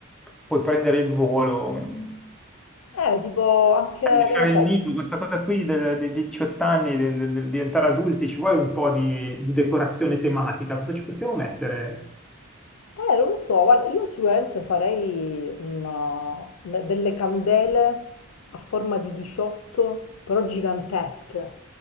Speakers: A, in the centre; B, on the left.
A: puoi prendere il volo, mh,
B: Eh, tipo anche,
A: lasciare
B: che ne so,
A: il nido, questa cosa qui del- de- dei 18 anni, del, del- del diventare adulti, ci vuole un po' di, di decorazione tematica, cosa ci possiamo mettere?
B: Eh, non lo so, guarda, io sicuramente farei una- una- delle candele a forma di 18, però gigantesche,